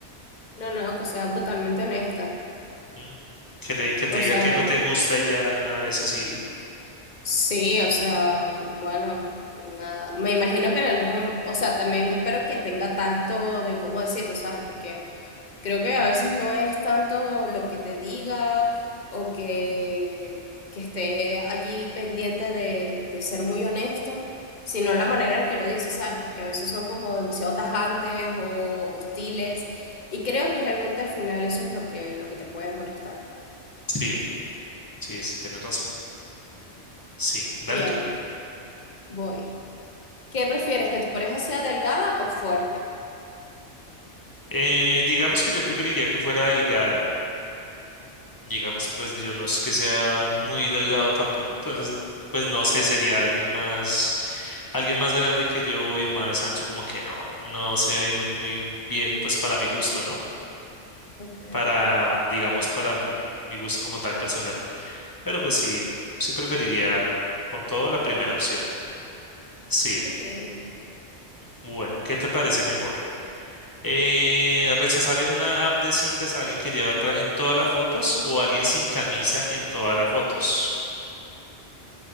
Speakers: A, on the left; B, on the left.
A: No, no, que sea brutalmente honesta.
B: ¿Mm? Que le, que te
A: O
B: diga
A: sea,
B: que no te gusta y ya de una vez así.
A: Sí, o sea, bueno, nada. Me imagino que en algún momento, o sea, también espero que tenga tacto de cómo decirlo, ¿sabes? Porque creo que a veces no es tanto lo que te diga o que, que esté allí pendiente de, de ser muy honesto, sino la manera en que lo dices, ¿sabes? Que a veces son como demasiado tajantes o hostiles y creo que realmente al final eso es lo que, lo que te puede molestar.
B: Sí, sí, sí, tienes razón. Sí, dale
A: Bien,
B: tú.
A: voy. ¿Qué prefieres, que tu pareja sea delgada o fuerte?
B: Eh, digamos que yo preferiría que fuera delgada. Digamos que pues yo no es que sea muy delgado tampoco, entonces pues no sé, sería alguien más, alguien más grande que yo y más ancho, como que no, no se ve muy bien pues para mi gusto, ¿no?
A: Okay.
B: Para, digamos, para m- mi gusto como tal personal. Pero pues sí, sí preferiría por todo la primera opción. Sí,
A: Ok.
B: bueno, ¿qué te parece mejor? Eh, ¿rechazar en una app de citas a alguien que lleva traje en todas las fotos o a alguien sin camisa en todas las fotos?